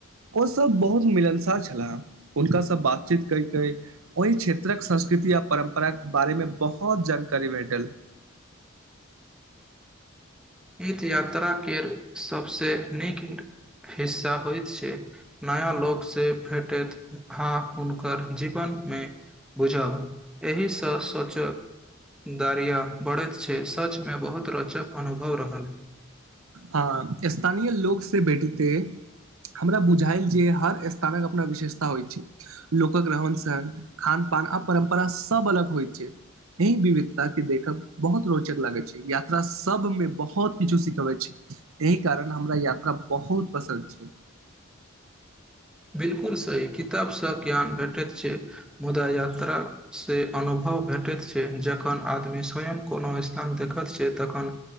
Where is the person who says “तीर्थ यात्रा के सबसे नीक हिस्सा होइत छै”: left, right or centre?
Centre